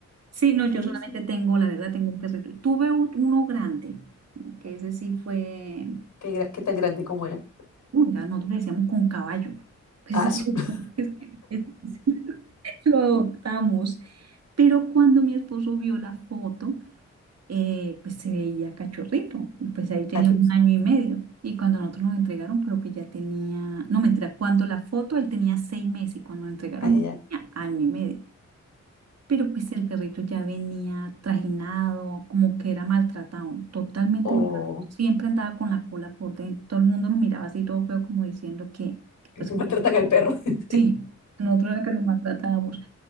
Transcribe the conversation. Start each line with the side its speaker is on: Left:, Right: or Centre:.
Right: Sí, no,
Left: Sí,
Right: yo solamente
Left: sí, sí.
Right: tengo, la verdad, tengo un perrito. Y Tuve u- uno grande, que ese sí fue,
Left: Qué, gra- qué tan grande como era.
Right: uh, ya nosotros le decíamos con caballo. <laughs> Pues
Left: Ah,
Right: es
Left: su-
Right: que,
Left: <laughs>
Right: <laughs> es que- es- <laughs> lo adoptamos. Pero cuando mi esposo vio la foto, eh, pues se veía cachorrito y pues ahí tenía
Left: ah, su-
Right: un año y medio. Y cuando nosotros nos entregaron, creo que ya tenía, no mentira, cuando la foto él tenía seis meses y cuando nos entregaron
Left: ah, ya,
Right: ya
Left: ya.
Right: tenía año y medio. Pero pues el perrito ya venía trajinado, como que era maltratado, totalmente
Left: O
Right: maltratado. Siempre andaba con la cola por dentro. Todo el mundo nos miraba así todo feo como diciendo que, que pues
Left: <laughs> maltratan al perro. <laughs>
Right: sí, nosotros era que lo maltratábamos.